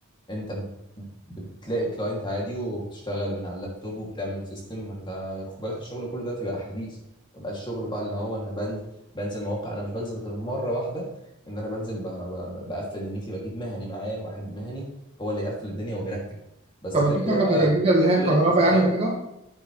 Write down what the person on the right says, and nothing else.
طب
الطاقة
المتجددة اللي هي
الكهرباء
يعني وكده؟